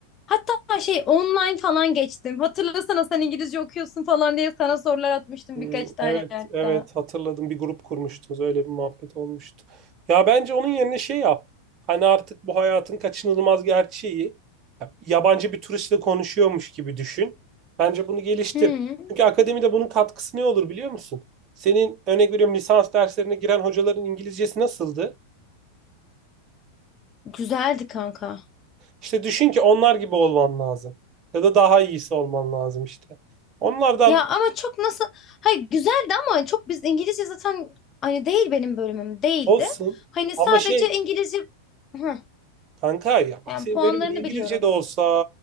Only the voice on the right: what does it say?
Hmm,
evet,
evet hatırladım. Bir grup kurmuştunuz. Öyle bir muhabbet olmuştu. Ya bence onun yerine şey yap. Hani artık bu hayatın kaçınılmaz gerçeği. ya, Yabancı bir turistle konuşuyormuş gibi düşün. Bence bunu geliştir.
Çünkü akademide bunun katkısı ne olur biliyor musun? Senin örnek veriyorum lisans derslerine giren hocaların İngilizcesi nasıldı?
İşte düşün ki onlar gibi olman lazım. Ya da daha iyisi olman lazım işte. Onlardan
olsun
ama
şey
kanka ya bak
senin
bölümün İngilizce
de olsa,